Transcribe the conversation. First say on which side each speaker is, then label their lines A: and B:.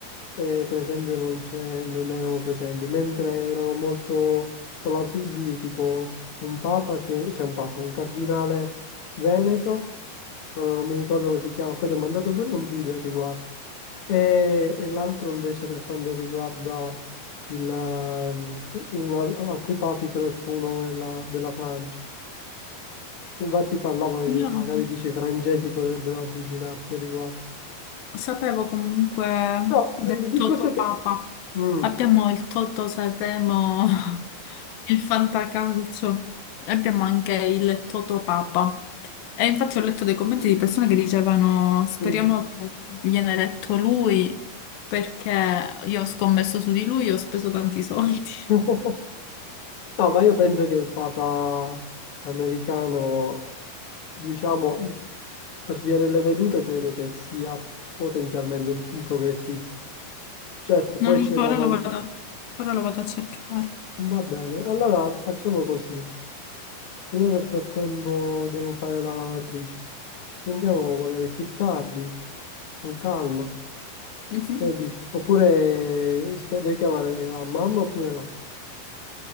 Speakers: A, on the left (about 55°); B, on the left (about 80°).
A: eh, per esempio non c'è- non erano presenti, mentre erano molto plausibili, tipo un papa che, c'è un papa, un cardinale veneto, no, no, non, mi ricordo come si chiama, poi ti ho mandato pure un video al riguardo. E, e l'altro invece per quanto riguarda il, ehm, que- un al- altri papi, però tipo uno della, della Francia. Infatti parlavano, di-
B: Io
A: magari
B: no.
A: dice i francesi potrebbero avvicinarsi al riguardo.
B: Sapevo comunque
A: No,
B: del
A: il discorso
B: Toto
A: è che...
B: Papa.
A: Mm,
B: Abbiamo il Toto Sanremo, <laughs> il Fantacalcio, e abbiamo anche il Toto Papa. E infatti ho letto dei commenti di persone che dicevano: Speriamo
A: mm.
B: che viene eletto lui, perché io ho scommesso su di lui e ho speso tanti soldi.
A: <laughs>
B: <laughs>
A: No, ma io penso che il Papa americano, diciamo, per via delle vedute, credo che sia potenzialmente un, un progressista. Certo,
B: Non
A: poi c'è
B: lo so,
A: da
B: ora
A: valutare.
B: lo vado, ora lo vado a cercare.
A: Va bene, allora facciamo così. che Io nel frattempo devo fare la lavatrice. Ci sentiamo magari più tardi, con calma.
B: Mhm.
A: Che dici? Oppure spe- devi chiamare a mamma oppure no?